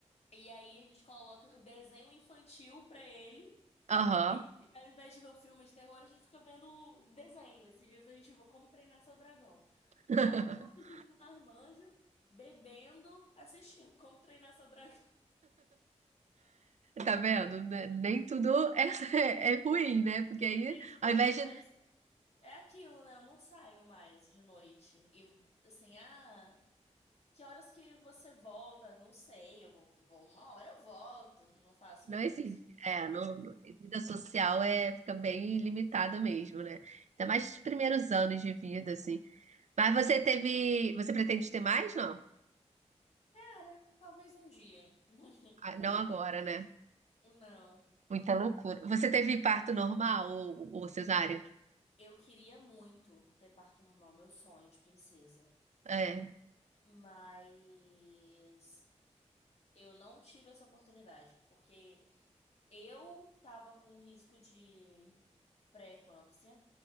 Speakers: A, on the left; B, on the right.
A: e aí a gente coloca o desenho infantil pra ele.
B: Aham.
A: E ao invés de ver um filme de terror, a gente fica vendo desenho. Esses dias a gente viu Como Treinar Seu Dragão.
B: <laughs>
A: Aí um monte de marmanjo bebendo, assistindo Como Treinar Seu Dragão. <laughs>
B: Tá vendo? Ne- Nem tudo é, <laughs> é ruim, né? Porque aí,
A: E tudo
B: ao
A: é
B: invés
A: ruim. Mas
B: de.
A: é aquilo, né? Eu não saio mais de noite. E assim, ah. Que horas que você volta? Não sei, eu vou, vou- uma hora eu volto, não faço
B: Não
A: mais
B: existe.
A: isso.
B: É, não, não- vida social é, fica bem limitada mesmo, né? Ainda mais os
A: É.
B: primeiros anos de vida, assim. Mas você teve. Você pretende ter mais? Não?
A: Cara, talvez um dia. <laughs>
B: Ah, Não agora, né?
A: Não,
B: Muita loucura. Você teve parto normal ou, ou cesárea?
A: eu queria muito ter parto normal, meu sonho de princesa,
B: É.
A: mas eu não tive essa oportunidade, porque eu tava com um risco de pré-eclâmpsia